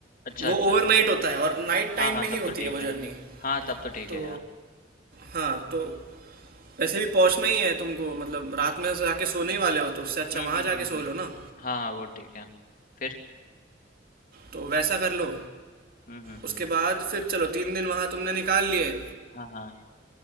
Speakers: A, on the left; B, on the right.
A: अच्छा, अच्छा
B: वो ओवरनाइट होता
A: तो
B: है और नाइट
A: हाँ,
B: टाइम
A: हाँ,
B: में ही
A: तब
B: होती
A: तो ठीक
B: है वो जर्नी
A: है। हाँ, तब तो ठीक
B: तो
A: है यार।
B: हाँ तो वैसे भी पहुंचना ही है तुमको मतलब रात में जाके सोने ही वाले हो तो उससे अच्छा
A: हुँ,
B: वहां
A: हुँ,
B: जाके
A: हुँ,
B: सो
A: हुँ।
B: लो ना
A: हाँ, हाँ, वो ठीक है। फिर?
B: तो वैसा कर लो
A: हुँ, हुँ,
B: उसके
A: हुँ।
B: बाद फिर चलो तीन दिन वहां तुमने निकाल लिए
A: हाँ, हाँ,